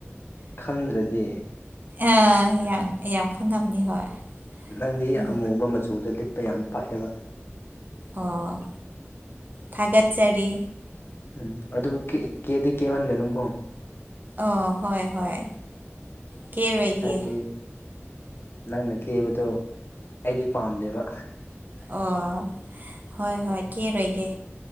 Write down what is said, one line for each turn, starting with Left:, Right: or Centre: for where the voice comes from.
Left: ꯈꯪꯗ꯭ꯔꯗꯤ꯫
Right: ꯑ ꯌꯥꯝ ꯌꯥꯝ ꯈꯪꯒꯝꯅꯤ ꯍꯣꯏ꯫
Left: ꯅꯪꯗꯤ
Right: ꯎꯝ
Left: ꯑꯃꯨꯕ ꯃꯆꯨꯗꯣ ꯂꯤꯠꯄ ꯌꯥꯝ ꯐꯛꯑꯦꯕ꯫
Right: ꯑꯣ ꯊꯒꯠꯆꯔꯤ꯫
Left: ꯎꯝ ꯑꯗꯨꯕꯨ ꯀꯦꯗꯤ ꯀꯦꯃꯟꯒꯅꯨꯀꯣ꯫
Right: ꯑꯣ ꯍꯣꯏ ꯍꯣꯏ ꯀꯦꯔꯣꯏꯒꯦ꯫
Left: ꯍꯥꯏꯗꯤ ꯅꯪꯅ ꯀꯦꯕꯗꯨꯣ ꯑꯩꯗꯤ ꯄꯥꯝꯗꯦꯕ꯫
Right: ꯑꯣ ꯍꯣꯏ ꯍꯣꯏ ꯀꯦꯔꯣꯏꯒꯦ꯫